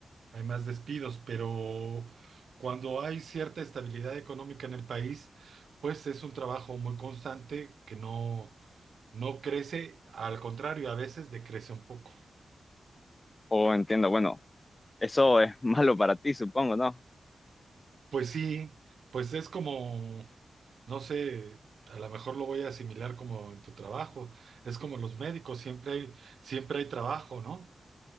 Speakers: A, on the right; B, on the left.
A: hay más despidos, pero cuando hay cierta estabilidad económica en el país, pues es un trabajo muy constante que no, no crece, al contrario, a veces decrece un poco.
B: Oh, entiendo. Bueno, eso es <laughs> malo para ti, supongo, ¿no?
A: Pues sí, pues es como, no sé, a lo mejor lo voy a asimilar como en tu trabajo, es como los médicos, siempre hay, siempre hay trabajo, ¿no?